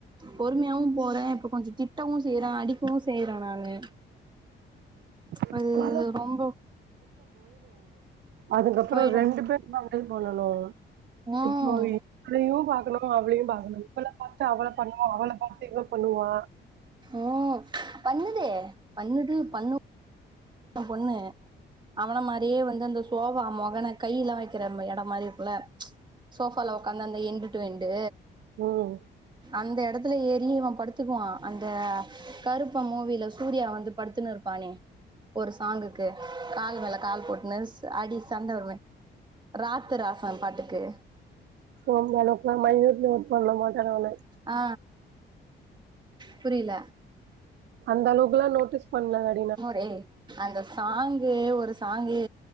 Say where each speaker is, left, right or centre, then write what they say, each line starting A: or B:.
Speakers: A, on the right (about 20°); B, on the right (about 60°).
A: பொறுமையாவு போற இப்ப கொஞ்சோ திட்டவு செய்யறே அடிக்கவு செய்யறே நானு
B: <inaudible>
A: அது ரொம்போ
B: அதுக்கப்றோ
A: போயிடு
B: ரெண்டு பேர் <unintelligible> பண்ணணு
A: ம்
B: இப்போ இவங்களையு பாக் இவளையு அவளையு பாக்கனு இவள பாத்து அவ பண்ணுவா அவள பாத்து இவ பண்ணுவா
A: ம் பண்ணுதே பண்ணுது பண்ணு ஏ பொண்ணு அவன மாரியே வந்து அந்த சோபா மொகன கை எல்லா வைக்கிற எட மாரி இருக்குல்ல சோபால உக்காந்து அந்த என்டு டு எண்டு
B: ம்
A: அந்த எடத் துல ஏறி படுத்துக்குவா அந்த கருப்பு மூவில சூர்யா வந்து படுத்துன்னு இருப்பானே ஒரு சாங்குக்கு கால் மேல கால் போட்டுன்னு அடி சண்ட வருமே ராத்து ராசன் பாட்டுக்கு
B: சோ அந்த அளவுக்கு எல்லா மைனூட்ட நோட் பண்ண மாட்ட நானு
A: ஆ புரியில
B: அந்த அளவுக்குல்லா நோட்டீஸ் பண்ல நா
A: <unintelligible> அந்த சாங்கு ஒரு சாங்கு